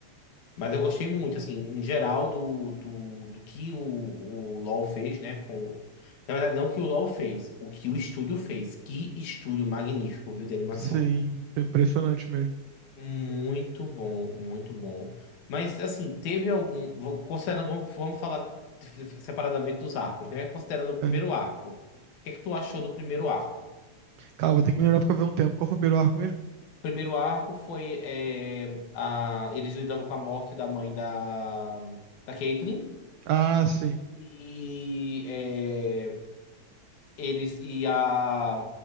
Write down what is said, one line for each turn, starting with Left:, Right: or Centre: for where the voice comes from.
Left: Mas eu gostei muito, assim, em geral, do, do, do que o, o LoL fez, né? com- na verdade, não que o LoL fez, o que o estúdio fez. Que estúdio magnífico, viu, de animação.
Right: Sim, foi impressionante mesmo.
Left: Muito bom, muito bom. Mas assim, teve algum. vo- Considerando, vamos vamos falar dif- separadamente dos arcos, né? Considerando o primeiro
Right: É.
Left: arco. O que é que tu achou do primeiro arco?
Right: Calma, tem que melhorar porque eu vi um tempo. Qual foi o primeiro arco mesmo?
Left: O primeiro arco foi é, a, eles lidando com a morte da mãe da, da Caitlyn.
Right: Ah, sim.
Left: E é, eles e a,